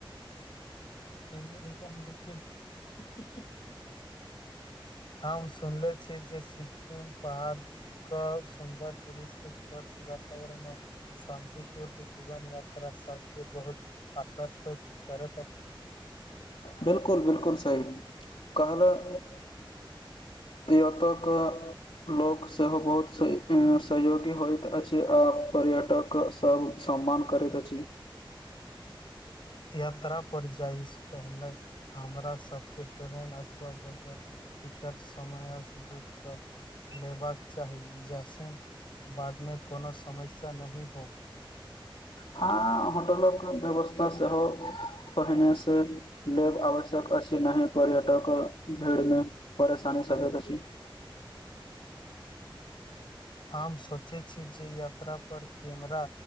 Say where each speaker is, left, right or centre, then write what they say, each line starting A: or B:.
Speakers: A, on the left; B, on the left.
A: <unintelligible> हम सुनले छी जे सिक्किम पहाड़के सुन्दर दृश्य सभ वातावरण शान्तिपूर्ण जीवन यात्रा सबके बहुत आकर्षित करैत अछि।
B: बिल्कुल बिल्कुल सही कहलौं की ओतक लोक सेहो बहुत सहयोगी होइत अछि आ पर्यटक सब सम्मान करैत अछि
A: यात्रा पर जाइ सँ पहिनेे हमरा सबके ट्रेन अथवा बजट टिकट समय बुक कऽ लेबाक चाही जैसन बादमे कोनो समस्या नहि हो
B: हँ होटलक व्यवस्था सेहो पहिने सँ लेब आवश्यक अछि नहि पर्यटक भीड़मे परेशानी सकैत अछि <inaudible>
A: हम सोचैत छी जे यात्रा पर कैमरा